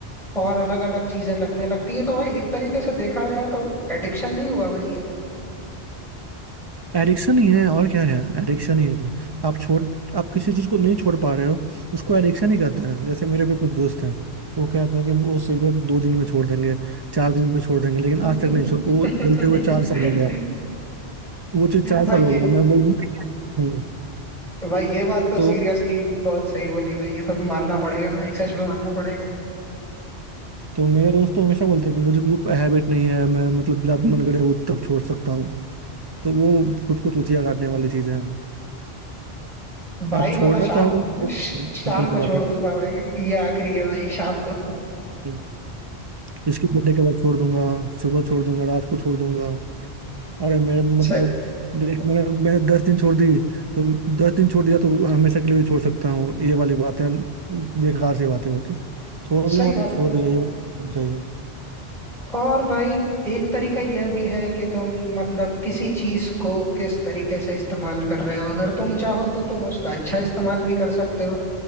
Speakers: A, in the centre; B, on the right.
A: और अलग अलग चीजें लगने लगती है तो भाई एक तरीके से देखा जाए तो एडिक्शन नहीं हुआ भाई ये
B: एडिक्शन ही है और क्या है एडिक्शन ही है आप छोड़ आप किसी चीज को नहीं छोड़ पा रहे हो उसको एडिक्शन ही कहते हैं जैसे मेरे भी कुछ दोस्त हैं वो कहते हैं कि वो सिगरेट दो दिन में छोड़ देंगे चार दिन में छोड़ देंगे लेकिन
A: <laughs>
B: आज तक नहीं छोड़ वो बोलते हुए चार साल हो गया वो चीज चार
A: भाई
B: साल हो
A: ये
B: गया मैं बोल हम्म
A: भाई ये बात तो
B: तो
A: सीरियसली बहुत सही बोली भाई ये तो मानना पड़ेगा भाई सच में मानना पड़ेगा
B: तो मेरे दोस्त तो हमेशा बोलते हैं कि मुझे कोई हैबिट नहीं है मैं मतलब जब मन करे वो तब छोड़ सकता हूँ तो वो खुद को चूतिया काटने वाली चीजें हैं
A: भाई
B: आप छोड़ना
A: मैं तो शाम
B: चाहो तो, सिंपल
A: शाम
B: सी
A: को
B: बात
A: छोड़ दूंगा भाई ये आखिरी है भाई शाम को <laughs>
B: है इसके बर्थडे के बाद छोड़ दूंगा सुबह छोड़ दूंगा रात को छोड़ दूंगा अरे मेरे मतलब
A: सही
B: देख मैंने मैंने दस दिन छोड़ दी तो दस दिन छोड़ दिया तो हमेशा के लिए भी छोड़ सकता हूँ ये वाली बातें बेकार सी बातें होती छोड़ दिया
A: सही
B: मतलब
A: बात
B: छोड़
A: है
B: दिया ये वाली चाहिए
A: और भाई एक तरीका यह भी है कि तुम मतलब किसी चीज को किस तरीके से इस्तेमाल कर रहे हो अगर तुम चाहो तो तुम उसका अच्छा इस्तेमाल भी कर सकते हो